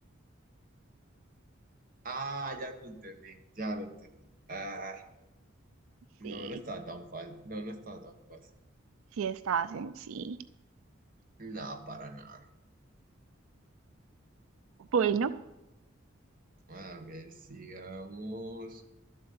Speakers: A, on the right; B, on the right.
A: Ah, ya lo entendí, ya lo entendí. Ah, no,
B: Sí,
A: no estaba tan fácil. No, no estaba tan fácil.
B: sí estaba sencillo.
A: No, para nada.
B: Bueno,
A: A ver, sigamos.